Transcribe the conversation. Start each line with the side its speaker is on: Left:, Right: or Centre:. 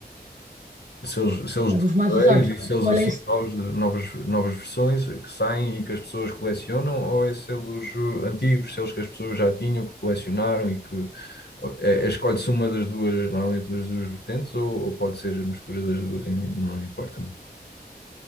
Left: selos, selos
Right: é
Left: de
Right: dos mais
Left: correios
Right: usados.
Left: e selos
Right: Olha,
Left: assim
Right: isso,
Left: novos, de novas, novas versões eh, que saem e que as pessoas colecionam, ou é selos eh, antigos, selos que as pessoas já tinham, que colecionaram e que é, é- escolhe-se uma das duas, normalmente das duas vertentes, ou, ou pode ser a mistura das duas e não não importa muito.